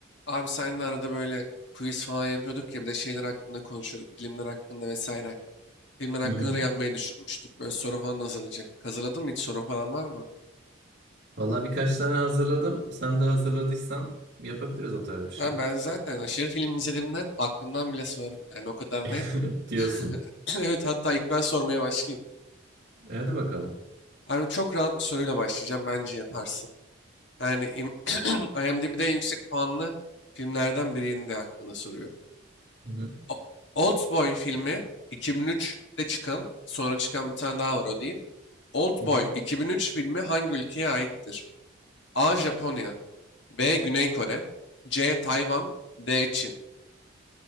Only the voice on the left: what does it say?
Abi seninle arada böyle quiz falan yapıyorduk ya bir de şeyler hakkında konuşuyorduk. Filmler hakkında vesaire. Filmler hakkında
da yapmayı düşünmüştük. Böyle soru falan hazırlayacaktık. Hazırladın mı hiç sorun falan var mı?
Ben, ben zaten aşırı film izlediğimden aklımdan bile sorarım. Yani o kadar
net.
<laughs> Evet hatta ilk ben sormaya başlayayım.
Abi çok rahat bir soruyla başlayacağım. Bence yaparsın. Yani im- <clears throat> IMDb'de yüksek puanlı filmlerden birinin de hakkında soruyorum.
O- Oldboy filmi 2003'te çıkan, sonra çıkan bir tane daha var o değil. Oldboy
2003 filmi hangi ülkeye aittir? A. Japonya B. Güney Kore C. Tayvan D. Çin